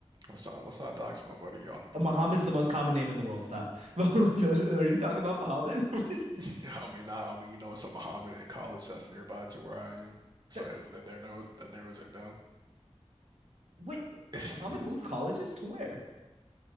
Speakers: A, on the right; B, on the right.
A: Let's not let's not dox nobody on the.
B: Uh, Muhammad's the most common name in the world. Stop. <laughs> Are you talking about Muhammad? <laughs>
A: <laughs> I mean, not, I mean, you know, it's a Mohammedan in college that's nearby to where I am. So
B: That-
A: it- that there narrows that narrows it down.
B: Wait, uh,
A: <laughs>
B: Muhammad moved colleges to where?